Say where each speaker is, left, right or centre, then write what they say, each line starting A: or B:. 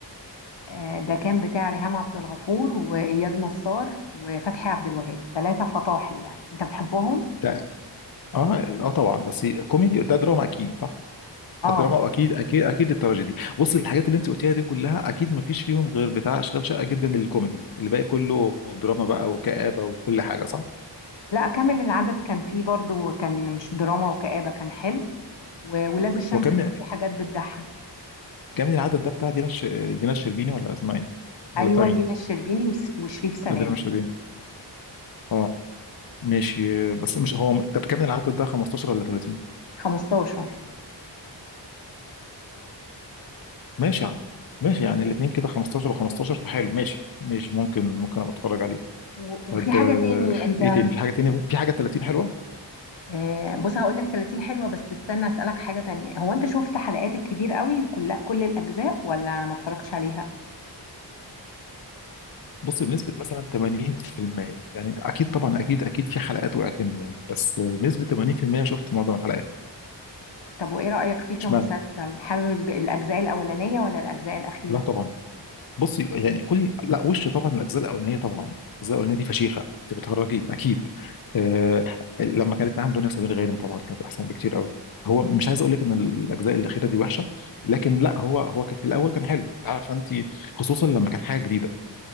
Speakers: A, on the left; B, on the left.
A: آه، ده كان بتاع ريهام عبد الغفور واياد نصار وفتحي عبد الوهاب ثلاثة فطاحل يعني انت بتحبهم
B: ده اه اه طبعا بس كوميدي ده دراما اكيد صح؟
A: اه
B: الدراما اكيد اكيد اكيد التراجيدي بص الحاجات اللي انت قلتيها دي كلها اكيد ما فيش فيهم غير بتاع اشغال شقه جدا الكوميدي الباقي كله دراما بقى وكآبه وكل حاجه صح
A: لا كامل العدد كان فيه برضو كان مش دراما وكآبة كان حلو وولاد الشمس
B: هو كام
A: كان فيه حاجات بتضحك
B: كام العدد ده بتاع دينا الش... دينا الشربيني ولا اسمها ايه ولا
A: ايوه
B: بتاع مين
A: دينا الشربيني وس- وشريف سلام
B: آه، دينا الشربيني اه ماشي بس مش هو طب كام العدد ده 15 ولا 30
A: 15
B: ماشي يعني ماشي يعني الاثنين كده 15 و15 فحلو ماشي ماشي ممكن ممكن ابقى اتفرج عليه
A: و-
B: طب
A: وفي حاجة
B: آه،
A: تاني انت
B: ايه تاني في حاجه تانية في حاجه 30 حلوه
A: آه، بص هقول لك 30 حلوة بس استنى أسألك حاجة تانية هو أنت شفت حلقات الكبير قوي كل كل الأجزاء ولا ما اتفرجتش عليها؟
B: بص بنسبة مثلا 80% يعني انت اكيد طبعا اكيد اكيد في حلقات وقعت مني يعني بس بنسبة 80% شفت معظم الحلقات
A: طب وإيه رأيك فيه كمسلسل؟
B: اشمعنى؟
A: حابب الج- الأجزاء الأولانية ولا الأجزاء الأخيرة؟
B: لا طبعا بصي يعني كل لا وش طبعا الاجزاء الاولانيه طبعا الاجزاء الاولانيه دي فشيخه انت بتهرجي اكيد آه لما كانت معاهم دنيا سمير غانم طبعا كانت احسن بكتير قوي هو مش عايز اقول لك ان الاجزاء الاخيره دي وحشه لكن لا هو هو كان في الاول كان حلو عارفه انت خصوصا لما كانت حاجه جديده